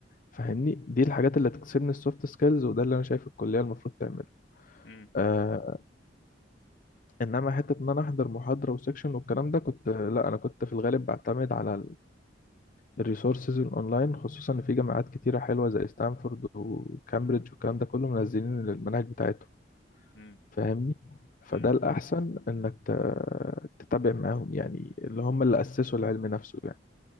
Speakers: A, on the left (about 50°); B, on the left (about 75°).
A: فاهمني دي الحاجات اللي تكسبني السوفت سكيلز وده اللي أنا شايف الكلية المفروض تعمله
B: امم
A: آه، انما حته ان انا احضر محاضره وسكشن والكلام ده كنت لا انا كنت في الغالب بعتمد على الريسورسز الاونلاين خصوصا ان في جامعات كتيره حلوه زي ستانفورد وكامبريدج والكلام ده كله منزلين المناهج بتاعتهم
B: امم
A: فاهمني فده
B: امم
A: الاحسن انك ت- تتابع معاهم يعني اللي هم اللي اسسوا العلم نفسه يعني